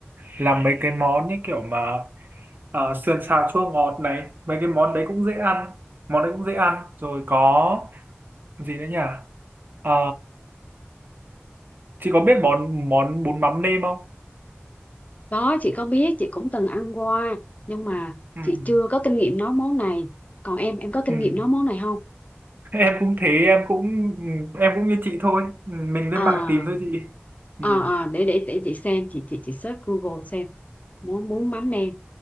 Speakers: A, on the right; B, on the left.
A: làm mấy cái món như kiểu mà ờ, sườn xào chua ngọt này mấy cái món đấy cũng dễ ăn món đấy cũng dễ ăn rồi có gì nữa nhỉ Ờ, chị có biết món món bún mắm nêm không
B: đó chị có biết, chị cũng từng ăn qua nhưng mà
A: Ừm,
B: chị chưa có kinh nghiệm nấu món này. Còn em, em có kinh
A: ừm.
B: nghiệm nấu món này không?
A: em cũng thế em cũng em cũng như chị thôi mình lên
B: à
A: mạng tìm thôi chị
B: à
A: Ừ.
B: à để để để chị xem chị chị chị search Google xem món bún mắm nêm